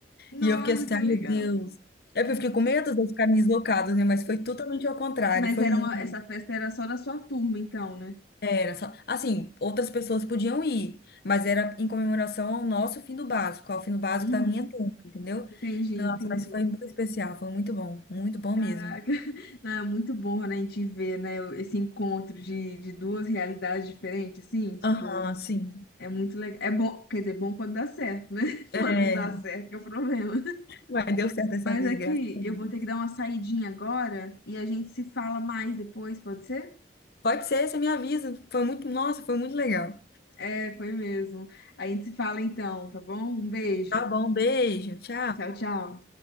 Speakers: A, on the left; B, on the left.
A: Nossa,
B: E eu fiquei assim,
A: que
B: ai
A: legal.
B: meu Deus. É porque eu fiquei com medo de ficarem deslocados, né? Mas foi totalmente ao contrário.
A: Mas
B: Foi
A: era
B: muito.
A: uma, essa festa era só da sua turma, então, né?
B: Era só, assim, outras pessoas podiam ir, mas era em comemoração ao nosso fim do básico, ao fim do básico
A: Uhum.
B: da minha turma, entendeu?
A: Entendi,
B: Então,
A: entendi.
B: nossa, mas foi muito especial, foi muito bom, muito bom
A: Caraca.
B: mesmo.
A: <laughs> Não, é muito bom, né, a gente ver, né, o- esse encontro de, de duas realidades diferentes, assim, tipo,
B: Aham, sim.
A: é muito legal. É bom, quer dizer, bom quando dá certo, né? <laughs> Quando
B: É,
A: não dá certo, que é o problema.
B: mas deu certo dessa
A: Mas
B: vez,
A: aqui,
B: graças a Deus.
A: eu vou ter que dar uma saidinha agora e a gente se fala mais depois, pode ser?
B: Pode ser, você me avisa. Foi muito, nossa, foi muito legal.
A: É, foi mesmo. A gente se fala então, tá bom? Um beijo.
B: Tá bom, beijo, tchau.
A: Tchau, tchau.